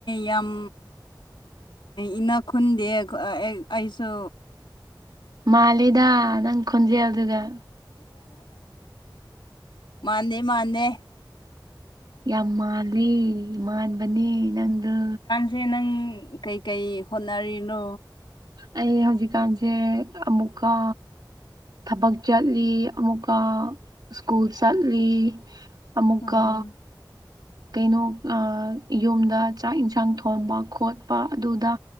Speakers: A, on the left; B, on the right.
A: ꯌꯥꯝ ꯏꯅ ꯈꯨꯟꯗꯦ ꯑꯩꯁꯨ
B: ꯃꯥꯂꯗ ꯅꯪ ꯈꯣꯟꯖꯦꯜꯗꯨꯗ
A: ꯃꯥꯥꯟꯅꯦ ꯃꯥꯥꯟꯅꯦ
B: ꯌꯥꯝ ꯃꯥꯜꯂꯤ ꯃꯥꯟꯕꯅꯤ ꯅꯪꯗ
A: ꯁꯦ ꯅꯪ ꯀꯩꯀꯩ ꯍꯣꯠꯅꯔꯤꯅꯣ
B: ꯑꯩ ꯍꯧꯖꯤꯛꯀꯥꯟꯁꯦ ꯑꯃꯨꯛꯀ ꯊꯕꯛ ꯆꯠꯂꯤ ꯑꯃꯨꯛꯀ ꯁ꯭ꯀꯨꯜ ꯆꯠꯂꯤ ꯑꯃꯨꯀ
A: ꯑꯥ
B: ꯀꯩꯅꯣ ꯌꯨꯝꯗ ꯆꯥꯛ ꯏꯟꯁꯥꯡ ꯊꯣꯡꯕ ꯈꯣꯠꯄ ꯑꯗꯨꯗ